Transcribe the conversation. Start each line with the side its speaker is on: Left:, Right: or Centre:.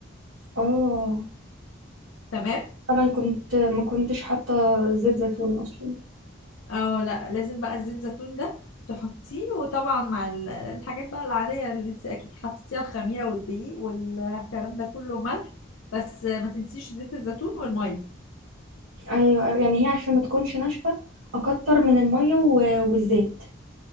Right: اه
Left: تمام
Right: انا كنت ما كنتش حاطه زيت زيتون اصلا
Left: او لا لازم بقى الزيت الزيتون ده تحطيه وطبعا مع ال- الحاجات بقى العادية اللي انت اكيد حطيتيها الخميرة والدقيق والكلام ده كله ملح بس آه، ما تنسيش زيت الزيتون والمية
Right: ايوه أيوة، يعني هي عشان ما تكونش ناشفه اكتر من الميه و- والزيت